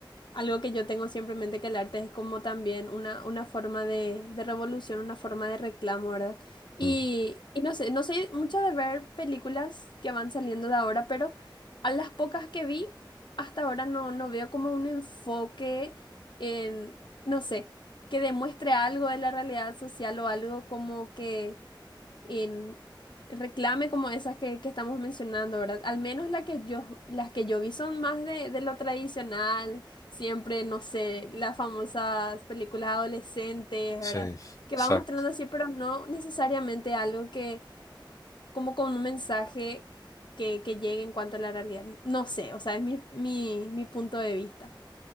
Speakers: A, on the left; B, on the left.
A: algo que yo tengo siempre en mente que el arte es como también una, una forma de, de revolución, una forma de reclamo, ¿verdad? Y,
B: Mm,
A: y no sé, no sé mucho de ver películas que van saliendo de ahora, pero a las pocas que vi, hasta ahora no, no veo como un enfoque en, no sé, que demuestre algo de la realidad social o algo como que en reclame como esas que, que estamos mencionando, ¿verdad? Al menos la que yo, las que yo vi son más de, de lo tradicional, siempre, no sé, las famosas películas adolescentes,
B: Sí,
A: ¿verdad? Que
B: exacto.
A: van mostrando así, pero no necesariamente algo que, como con un mensaje que, que llegue en cuanto a la realidad. No sé, o sea, es mi, mi, mi punto de vista.